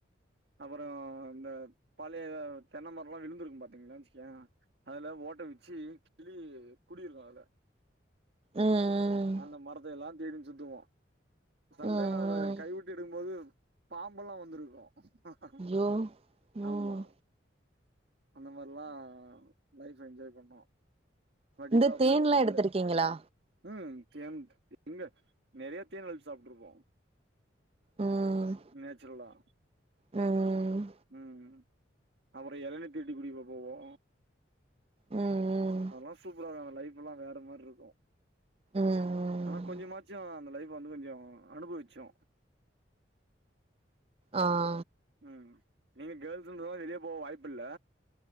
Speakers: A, on the right; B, on the right.
A: அப்பற இந்த பழய தென்னமரல்லா விலுந்திருக்கு பாத்தீங்களா வேச்கியா அதுல ஓட்ட வச்சி கிளி குடியிருக்கு அதுல
B: ம் ம்
A: அந்த மரத்த எல்லா தேடினு சுத்துவோ சம்டைம்
B: ம் ம்
A: அதுல கைவுட்டு எடுக்கு போது பாம்பெல்லா வந்திருக்கு ஆ
B: ஐயோ ம்
A: ஆமா அந்த மாரில்லா லைஃவ என்ஜாய் பண்ணோ பட்
B: இந்த
A: இப்ப அப்டிலா
B: தேன்
A: முடில
B: லா எடுத்திருக்கீங்களா
A: ம் தேம்த் எங்க நெறைய தேன்லா எடுத் சாப்ட்ருபோ
B: ம்
A: நேச்ரல்லா
B: ம்
A: ம் அப்பற இளநீ திருடி குடிக்க போவோ
B: ம் ம்
A: அதெலா சூப்பரா இருக்கு அந்த லைஃப் லா வேற மாரி இருக்கு
B: ம்
A: ஆனா கொஞ்சமாச்சு
B: ம்
A: அந்த லைஃப் வந்து கொஞ்சோ அனுபவிச்சோ
B: ஆ
A: ம் நீங்க கேல்ஸ்ன்றதால வெளிய போவ வாய்ப்பு இல்ல